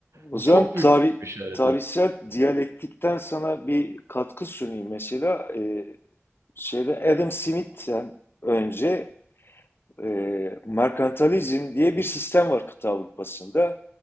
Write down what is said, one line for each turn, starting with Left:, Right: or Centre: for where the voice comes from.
Left: O
Right: Bu
Left: zaman
Right: çok büyük
Left: tarih,
Right: bir işareti.
Left: tarihsel diyalektikten sana bir katkı sunayım. Mesela e, şeyde Adam Smith'ten önce e, merkantilizm diye bir sistem var kıta Avrupa'sında.